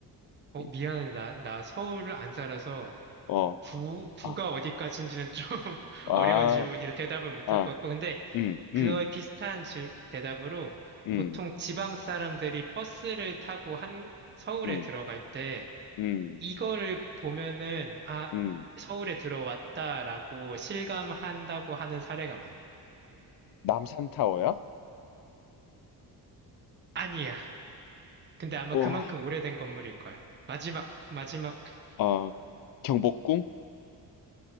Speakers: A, on the right; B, on the left.
A: 어,
B: 음,
A: 미안해. 나, 나 서울 안 살아서
B: 어,
A: 구, 구가
B: 아,
A: 어디까지인지는 좀 <laughs>
B: 아,
A: 어려운 질문이라 대답을 못할
B: 아,
A: 것 같고, 근데
B: 음,
A: 그거에
B: 음,
A: 비슷한 질, 대답으로
B: 음.
A: 보통 지방 사람들이 버스를 타고 한, 서울에
B: 음,
A: 들어갈 때
B: 음,
A: 이거를 보면은, 아,
B: 음.
A: 서울에 들어왔다라고 실감한다고 하는 사례가 많아.
B: 남산타워야?
A: 아니야. 근데 아마
B: 어,
A: 그만큼 오래된 건물일 거야. 마지막, 마지막,
B: 아, 경복궁?